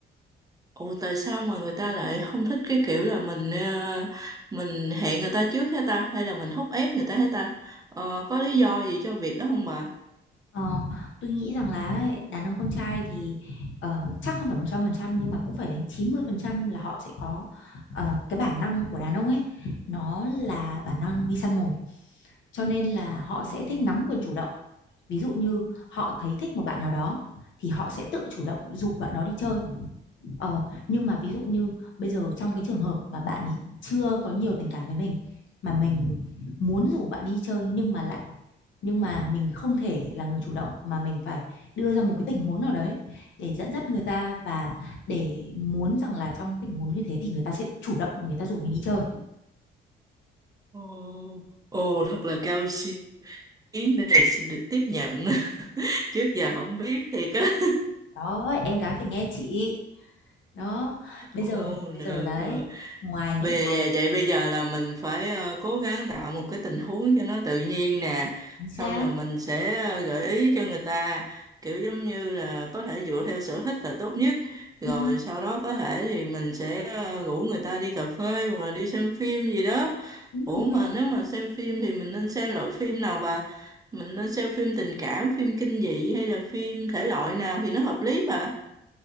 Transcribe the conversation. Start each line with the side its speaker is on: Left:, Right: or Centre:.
Right: ồ, tại sao mà người ta lại không thích cái kiểu là mình ờ, mình hẹn người ta trước hết ta hay là mình thúc ép người ta hết ta? Ờ, có lý do gì cho việc đó không bà?
Left: Ờ, tôi nghĩ rằng là ấy, đàn ông con trai thì ờ, chắc không phải 100% nhưng mà cũng phải đến 90% là họ sẽ có ờ, cái bản năng của đàn ông ấy nó là bản năng đi săn mồi cho nên là họ
Right: Ồ,
Left: sẽ thích nắm quyền chủ động ví dụ như họ thấy thích một bạn nào đó thì họ sẽ tự chủ động rủ bạn đó đi chơi ờ, nhưng mà ví dụ như bây giờ trong cái trường hợp mà bạn ấy chưa có nhiều tình cảm với mình mà mình muốn rủ bạn đi chơi nhưng mà lại nhưng mà mình không thể là người chủ động mà mình phải đưa ra một cái tình huống nào đấy để dẫn dắt người ta và để muốn rằng là trong tình huống như thế thì người ta sẽ chủ động người ta rủ mình đi chơi
Right: ồ, ồ, thật là cao siêu, ý này xin được tiếp nhận. <laughs> Trước giờ không biết thiệt á.
Left: đó em gái phải nghe chị đó bây
Right: Ồ,
Left: giờ
Right: được,
Left: bây giờ đấy
Right: được.
Left: ngoài những
Right: Về
Left: cái
Right: vậy bây giờ là mình phải ờ, cố gắng tạo một cái tình huống cho nó tự nhiên nè.
Left: chính
Right: Xong
Left: xác
Right: rồi mình sẽ ờ, gợi ý cho người ta kiểu giống như là có thể dựa theo sở thích là tốt nhất. Rồi
Left: ừ,
Right: sau đó có thể thì mình sẽ ờ, rủ người ta đi cà phê hoặc là đi xem phim gì đó.
Left: đúng
Right: Ủa
Left: rồi
Right: mà nếu mà xem phim thì mình nên xem loại phim nào bà? Mình nên xem phim tình cảm, phim kinh dị hay là phim thể loại nào thì nó hợp lý bà?